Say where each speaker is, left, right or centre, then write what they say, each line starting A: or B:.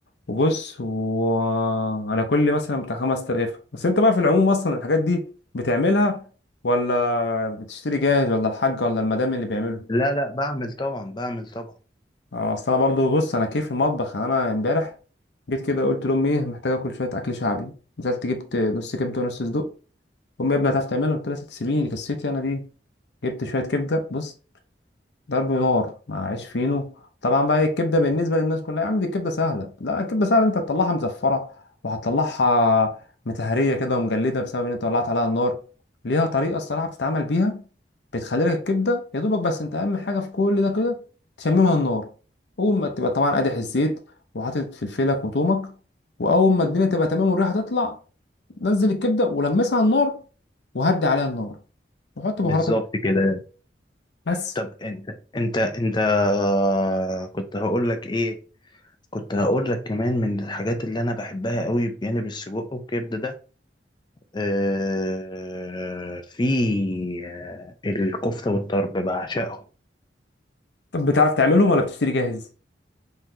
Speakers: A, on the left; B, on the left.
A: وبص وانا كل مثلا بتاع خمس ترغيفة بس انت بقى في العموم اصلا الحاجات دي بتعملها ولا بتشتري جاهز ولا الحاج ولا المدام اللي بيعمله
B: لا لا بعمل طبعا بعمل طبعا
A: اه، اصل انا برضو بص انا كيف المطبخ يعني انا امبارح جيت كده قلت لامي ايه محتاجه اكل شويه اكل شعبي نزلت جبت نص كبده ونص صدوق امي يا ابني هتعرف تعملها قلت لها ست سيبيني دي قصتي انا دي جبت شويه كبده بص ضرب نار مع عيش فينو طبعا بقى إيه، الكبده بالنسبه للناس كلها يا عم دي الكبده سهله لا الكبده سهله انت تطلعها مزفره وهتطلعها متهريه كده ومجلده بسبب ان انت ولعت عليها النار ليها طريقه الصراحه بتتعمل بيها بتخلي لك الكبده يا دوبك بس انت اهم حاجه في كل ده كده تشممها النار اول ما تبقى طبعا قادح الزيت وحاطط فلفلك وتومك واول ما الدنيا تبقى تمام والريحه تطلع نزل الكبده ولمسها على النار وهدي عليها النار وحط
B: بالظبط
A: بهاراتك
B: كده
A: بس
B: طب انت انت انت آه، كنت هقول لك ايه كنت هقول لك كمان من الحاجات اللي انا بحبها قوي بجانب السجق والكبده ده آه في آه الكفته والطرب بعشقهم
A: طب بتعرف تعملهم ولا بتشتري جاهز